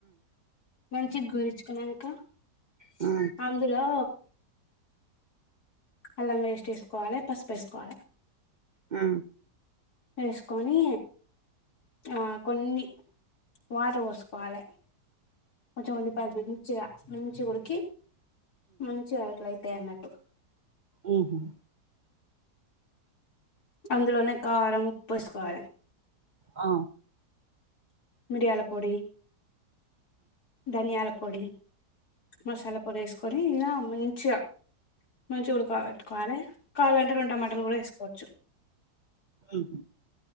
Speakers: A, on the left; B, on the right.
A: మంచిగ గోరించుకున్నాక
B: ఆ
A: ఇందులో అల్లం వేస్ట్ వేసుకోవాలి పసుపు వేసుకోవాలి.
B: ఆ
A: ఏసుకోని ఆ కొన్ని వాటర్ పోసుకోవాలె కొంచంఉల్లిపాయలు మంచిగ మంచిగ ఉడికి మంచిగ అట్లైతై అన్నట్టు
B: ఉహు
A: అందులోనే కారం ఉప్పు వేసుకోవాలి
B: ఆ
A: మిడియాల పొడి, ధనియాల పొడి మసాలా పొడి వేసుకొని ఇలా మంచిగా మంచి ఉడుక పెట్టుకోవాలె. కావాలంటే రెండు టమాటాలు కూడా వేసుకోవచ్చు.
B: ఉహు